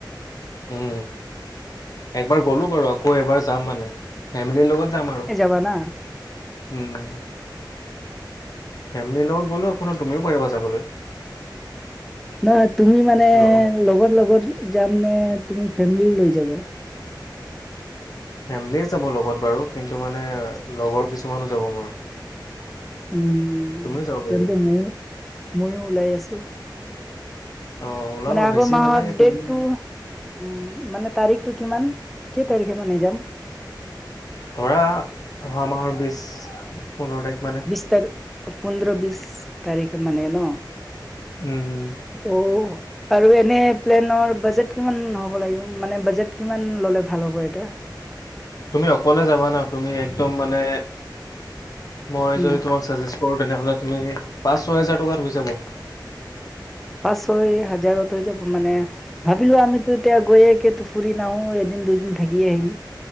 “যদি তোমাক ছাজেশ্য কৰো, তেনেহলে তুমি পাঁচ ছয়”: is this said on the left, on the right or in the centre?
Left